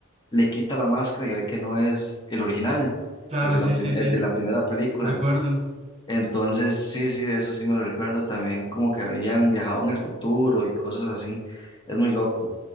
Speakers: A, on the left (about 20°); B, on the right (about 30°).
A: le quita la máscara y ve que no es el original,
B: claro,
A: el de
B: sí,
A: la, prim-
B: sí, sí,
A: el de la primera película.
B: recuerdo,
A: Entonces, sí, sí, de eso sí me lo recuerdo también, como que habían viajado en el futuro y cosas así. Es muy loco.